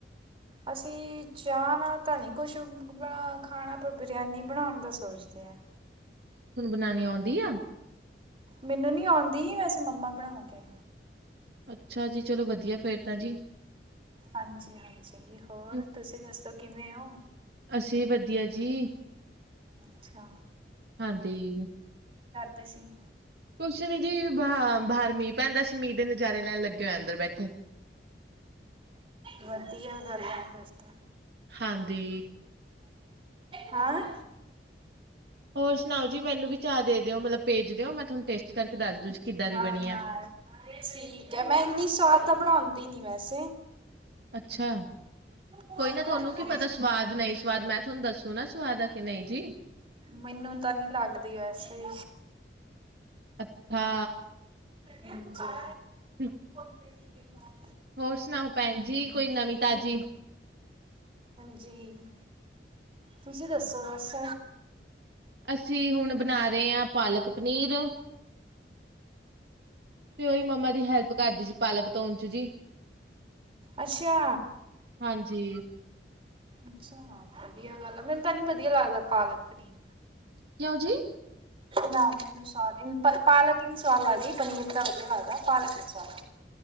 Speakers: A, on the right; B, on the right.
A: ਅਸੀਂ ਚਾਹ ਨਾਲ ਤਾਂ ਨਹੀਂ ਕੁਛ ਬਣਾ ਖਾਣਾ ਆਪ ਬਰਿਆਨੀ ਬਣਾਉਣ ਦਾ ਸੋਚਦੇ ਹਾਂ।
B: ਤੁਹਨੂੰ ਬਣਾਉਣੀ ਆਉਂਦੀ ਆ
A: ਮੈਨੂੰ ਨੀ ਆਉਂਦੀ ਹੀ ਵੈਸੇ ਮੰਮਾ ਬਣਾ ਕੇ
B: ਅੱਛਾ ਜੀ ਚਲੋ ਵਧੀਆ ਫੇਰ ਤਾਂ ਜੀ
A: ਹਾਂਜੀ ਹਾਂਜੀ ਹੋਰ
B: ਹਮ,
A: ਤੁਸੀਂ ਦੱਸੋ ਕਿਵੇਂ ਹੋ
B: ਅਸੀਂ ਵਧੀਆ ਜੀ
A: ਅੱਛਾ
B: ਹਾਂਜੀ
A: ਦਸੀ
B: ਕੁਛ ਨੀ ਜੀ ਬ ਬਾਹਰ ਮੀਂਹ ਪੈਂਦਾ ਸੀ ਮੀਂਹ ਦੇ ਨਜ਼ਾਰੇ ਲੈਣ ਲੱਗੇ ਹੋਏ ਅੰਦਰ ਬੈਠੇ
A: ਵਧੀਆ ਗੱਲ ਆ ਫਿਰ ਤਾਂ
B: ਹਾਂਜੀ
A: ਹੈਂ
B: ਹੋਰ ਸੁਣਾਓ ਜੀ ਮੈਨੂੰ ਵੀ ਚਾਹ ਦੇ ਦਿਓ ਮਤਲਬ ਭੇਜ ਦਿਓ ਮੈਂ ਤੁਹਾਨੂੰ ਟੇਸਟ ਕਰਕੇ ਦੱਸ ਦੂ ਕਿੱਦਾਂ ਦੀ
A: ਹਾਂ
B: ਬਣੀ
A: ਹਾਂ
B: ਆ।
A: ਠੀਕ ਹੈ ਮੈਂ ਇੰਨੀ ਸਵਾਦ ਤਾਂ ਬਣਾਉਂਦੀ ਨੀ ਵੈਸੇ
B: ਅੱਛਾ
A: ਅੱਛਾ
B: ਕੋਈ ਨਾ ਤੁਹਾਨੂੰ ਕੀ ਪਤਾ ਸਵਾਦ ਨਹੀਂ ਸਵਾਦ ਮੈਂ ਤੁਹਾਨੂੰ ਦੱਸੂ ਨਾ ਸਵਾਦ ਨਹੀਂ ਜੀ
A: ਮੈਨੂੰ ਤਾਂ ਨਹੀਂ ਲੱਗਦੀ ਵੈਸੇ
B: ਅੱਛਾ
A: ਹਾਂਜੀ
B: ਹਮ
A: ਪ੍ਰਸ
B: ਹੋਰ ਸੁਣਾਓ ਭੈਣ ਜੀ ਕੋਈ ਨਵਮੀਂ ਤਾਜ਼ੀ
A: ਹਾਂਜੀ ਤੁਸੀਂ ਦੱਸੋ ਬਸ
B: ਅਸੀਂ ਹੁਣ ਬਣਾ ਰਹੇ ਹਾਂ ਪਾਲਕ ਪਨੀਰ ਤੇ ਉਹੀ ਮੰਮਾ ਦੀ ਹੈਲਪ ਕਰਦੀ ਸੀ ਪਾਲਕ ਤੋਂ ਜੀ
A: ਅੱਛਾ
B: ਹਾਂਜੀ
A: ਅੱਛਾ ਵਧੀਆ ਗੱਲ ਆ ਮੈਨੂੰ ਤਾਂ ਨਹੀਂ ਵਧੀਆ ਲੱਗਦਾ ਪਾਲਕ ਪਨੀਰ
B: ਕਿਉਂ ਜੀ
A: ਨਾ ਮੈਨੂੰ ਸਵਾਦ ਹੀ ਪਾਲਕ ਹੀ ਨੀ ਸਵਾਦ ਲੱਗਦੀ ਪਨੀਰ ਤਾਂ ਵਧੀਆ ਲੱਗਦਾ ਪਾਲਕ ਨੀ ਸਵਾਦ ਲੱਗਦੀ